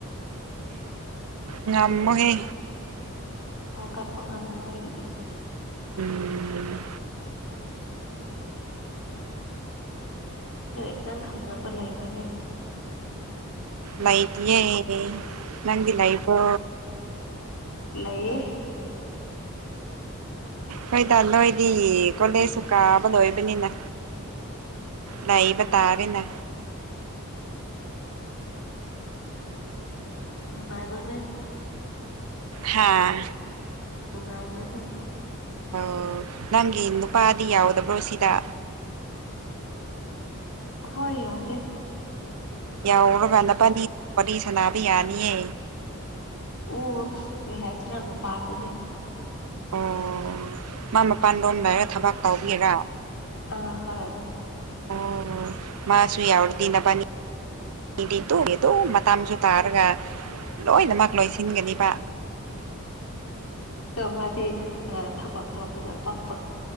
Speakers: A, on the right; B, on the left.
A: ꯉꯃꯒꯦ
B: ꯍꯧꯥꯎ ꯀꯠꯄ ꯉꯝꯃꯣ ꯑꯩ ꯑꯗꯨꯗꯤ
A: ꯎꯝ
B: ꯅꯪ ꯅꯪ ꯈꯪꯅꯕꯕ ꯂꯩꯕꯅꯦ
A: ꯂꯩꯥꯏꯇꯑꯦ ꯅꯗꯤ ꯂꯩ ꯂꯩꯕꯣ
B: ꯂꯩꯌꯦ
A: ꯍꯣꯏꯗ ꯅꯣꯏꯗꯤ ꯀꯣꯂꯦꯁꯨ ꯀꯥꯕ ꯂꯣꯏꯕꯅꯤꯅ ꯂꯩꯏꯕ ꯇꯥꯕꯅ
B: ꯅꯨꯡꯉꯥꯏꯕꯅꯦ
A: ꯍꯥꯥ
B: ꯅꯨꯡꯉꯥꯏꯕꯅꯦ
A: ꯑꯣ ꯅꯪꯒꯤ ꯅꯨꯄꯥꯗꯤ ꯌꯥꯎꯗꯕ꯭ꯔꯣ ꯁꯤꯗ
B: ꯍꯣꯏ ꯌꯗ
A: ꯌꯥꯎꯔꯔꯕꯅꯅꯤ ꯋꯥꯔꯤꯅꯤ ꯁꯅꯥꯕ ꯌꯥꯅꯤꯌꯦ
B: ꯑꯣ ꯀꯩ ꯍꯥꯏꯁꯤꯔꯥ ꯃꯄꯥꯟꯗꯅꯦ
A: ꯑꯣ ꯃꯥ ꯃꯄꯥꯟ ꯂꯣꯝ ꯂꯩꯔ ꯊꯕꯥꯛ ꯇꯧꯕꯕꯤꯔꯥ
B: ꯑ ꯍꯣꯏ
A: ꯑꯣ ꯃꯥ ꯁꯨꯏ ꯌꯥꯎꯔꯗꯅ ꯄ ꯃꯤꯗꯤꯗꯗꯣ ꯃꯇꯝꯁꯨ ꯇꯥꯔꯒ ꯂꯣꯏꯅꯃꯛ ꯂꯣꯏꯁꯤꯟꯒꯅꯤꯕ
B: ꯑꯣ ꯃꯥꯗꯤ ꯊꯕꯛ ꯇꯧꯕꯅ ꯄꯛ ꯄꯛ